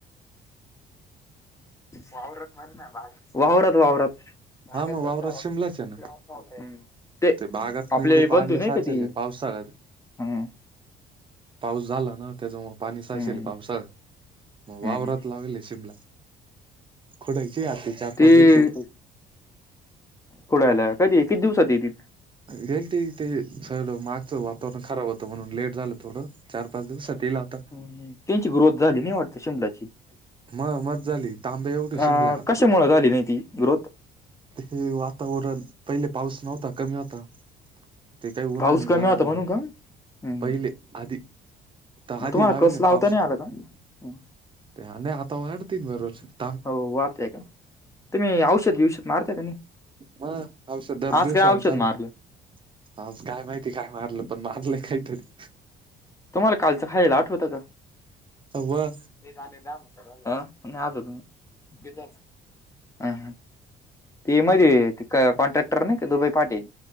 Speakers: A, on the left; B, on the right.
A: वावरात म्हणा वावरात वावरात. <unintelligible>
B: हा मग वावरात शिमलाच आहे ना
A: मा ते
B: बागात नेमके
A: आपले
B: पाणी
A: बंधू नाही
B: साचेल
A: का ते
B: पावसाळ्यात
A: हम.
B: पाऊस झाला ना त्याच्यामुळे पाणी साचेल
A: हम्म,
B: पावसाळ्यात मग वावरात
A: हम्म.
B: लावले शिमला. खुडायची यात चार पाच
A: ते
B: दिवसात.
A: पुढायला कधी किती दिवसात येते
B: गेल ते ते सगळ मागच वातावरण खराब होतं म्हणून लेट झालं. थोडं चार पाच दिवसात येईल आता.
A: त्यांची ग्रोथ झाली नाही वाटत शीमलाची?
B: म मत झाली तांबे एवढी
A: अ
B: शिमलाय आता
A: कशा मुळ झाली नाही ती ग्रोथ?
B: हे वातावरण पहिले पाऊस नव्हता कमी होता. ते काही उन्हानी
A: पाऊस कमी
B: जळालेय
A: होता म्हणून का हम्म.
B: पहिले आधी. ताहा
A: मग
B: आधी
A: तुम्हाला
B: लावले
A: कस लावता
B: पावसा
A: नाही आला का हम्म.
B: ते आता वाढतीन बरच <unintelligible>
A: हो वाढतेय का तुम्ही औषध बिवषध मारताय का नाही?
B: म औषध दर
A: आज
B: दिवसा
A: काय
B: आड
A: औषध
B: चालूये.
A: मारलं
B: आज काय माहिती काय मारलं पण मारलंय काहीतरी.
A: तुम्हाला कालचं खायल आठवत का?
B: व
A: नाही अजून हम हम <unintelligible> ते मध्ये क कॉन्ट्रॅक्टर नाही का दुबे फाटे?